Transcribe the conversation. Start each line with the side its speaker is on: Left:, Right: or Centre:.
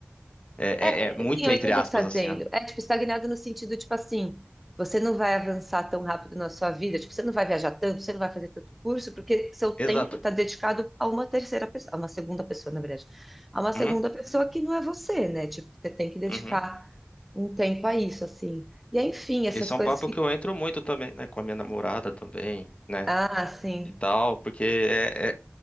Left: é,
Centre: É,
Left: é- é muito
Centre: sim, eu
Left: entre
Centre: entendo
Left: aspas,
Centre: o que você está dizendo.
Left: assim, né?
Centre: É, tipo, estagnado no sentido, tipo assim, você não vai avançar tão rápido na sua vida, tipo, você não vai viajar tanto, você não vai fazer tanto curso, porque seu
Left: Exato.
Centre: tempo está dedicado a uma terceira pessoa, a uma segunda pessoa, na verdade, a uma segunda
Left: Uhum,
Centre: pessoa que não é você, né? Tipo, você tem que dedicar
Left: uhum.
Centre: um tempo a isso, assim. E aí, enfim, essas
Left: Esse
Centre: coisas
Left: é um papo
Centre: ficam...
Left: que eu entro muito também, né? Com a minha namorada também, né?
Centre: Ah, sim.
Left: E tal, porque é, é-